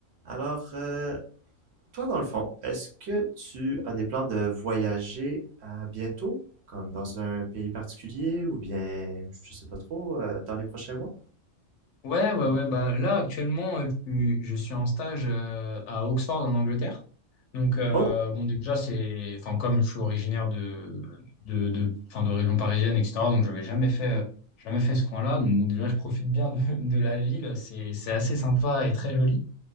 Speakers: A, on the right; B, on the left.
A: Alors, euh, toi, dans le fond, est-ce que tu as des plans de voyager euh, bientôt, comme dans un pays particulier, ou bien, je sais pas trop, euh, dans les prochains mois?
B: Ouais, ouais, ouais. Bah, là, actuellement, euh, je suis, je suis en stage euh, à Oxford, en Angleterre. Donc, euh,
A: Oh!
B: bon, déjà, c'est, enfin, comme je suis originaire de, de, de, enfin, de région parisienne, etc., donc j'avais jamais fait, euh, jamais fait ce coin-là. Donc, bon, déjà, je profite bien de, de la ville. C'est, c'est assez sympa et très joli.